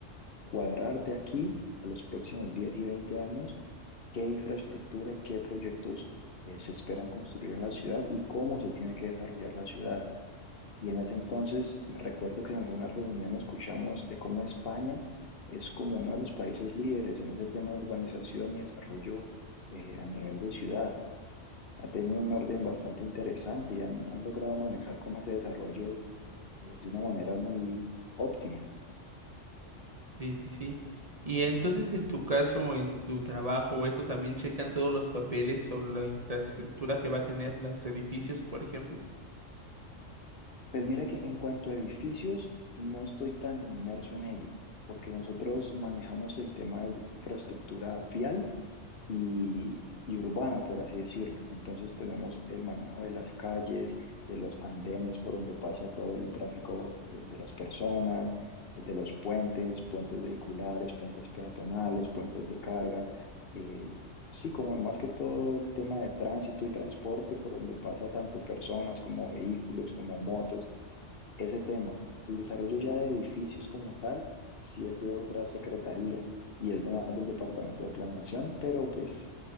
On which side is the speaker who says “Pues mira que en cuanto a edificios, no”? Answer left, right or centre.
Left